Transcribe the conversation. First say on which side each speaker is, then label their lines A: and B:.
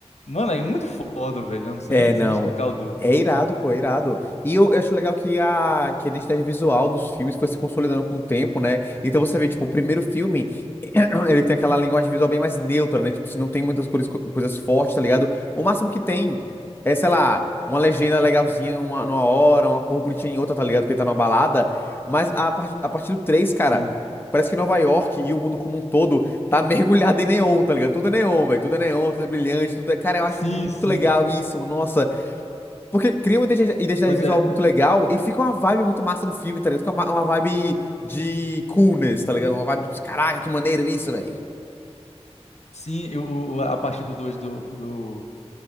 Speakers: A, on the left; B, on the left.
A: Mano, é muito foda, velho. Eu não sei
B: É,
A: nem,
B: não.
A: sei nem explicar o dois
B: É irado, pô, é irado. E eu, eu acho legal que a, que a identidade visual dos filmes foi se consolidando com o tempo, né? Então você vê, tipo, o primeiro filme, <clears throat>
A: Uhum.
B: ele tem aquela linguagem visual bem mais neutra, né? Tipo, se não tem muitas cores, co- coisas fortes, tá ligado? O máximo que tem é, sei lá, uma legenda legalzinha numa, numa hora, uma cor bonitinha em outra, tá ligado? Porque tá numa balada. Mas a, par- a partir do 3, cara,
A: Sim.
B: parece que Nova York e o mundo como um todo Tá <laughs> mergulhado em neon, tá ligado? Tudo é neon, velho. Tudo é neon, tudo é brilhante, tudo é. Cara, eu acho
A: Sim,
B: muito
A: sim.
B: legal isso, mano. nossa. Porque cria uma identi- identidade
A: Pois
B: visual
A: é.
B: muito legal e fica uma vibe muito massa no filme, tá ligado? Fica uma, uma vibe de coolness, tá ligado? Uma vibe tipo, caraca, que maneiro isso, velho.
A: Sim, eu, o- o- a partir do 2 do, do